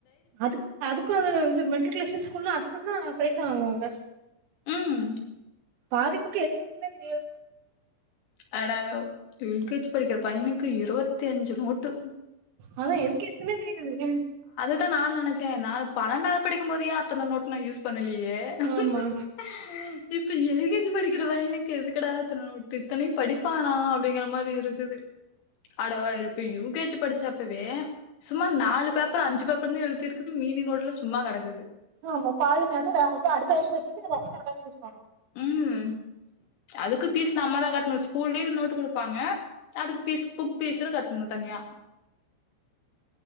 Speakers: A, on the right; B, on the left.
A: அதுக் அதுக்கு அது இது மெட்ரிகுலேஷன் ஸ்கூல்ல அதுக்குந்தா பைசா வாங்குவாங்க
B: ம்.
A: பாதி புக்கு எதுக்கு இருக்குனே தெரியாது
B: அட எல் கே ஜி படிக்கிற பையனுக்கு இருவத்தி அஞ்சு நோட்டு
A: அதா எதுக்கு இருக்குன்னே தெரியாது அ
B: த்தா நானு நெனைச்சே நா பன்னெண்டாவது படிக்கும் போதே அத்தன நோட்டு நா யூஸ் பண் பண்ணலையே
A: ஆமா
B: <inaudible> இப்ப எல் கே ஜி படிக்கிற பயனுக்கு எதுக்கடா இத்தன நோட்டு படிப்பானா அப்டிங்கற மாரி இருக்குது அட இப்ப யூ கே ஜி படிச்சாப் இப்பவே சும்மா நாலு பேப்பர் அஞ்சு பேப்பர்தா எழுதிருக்கு மீதி நோட்டலா சும்மா கெடக் எது
A: ஆமா பாதிாட்டு அடுத்த வருஷத்து அம் <inaudible>
B: உம் அதுக்கு பீஸ் நம்மதா கட்டணு ஸ்கூல்லயே நோட்டு குடுப் ப்பாங்க அதுக்கு ஃபீஸ் புக் ஃபீஸ்னு கட்ணு தனியா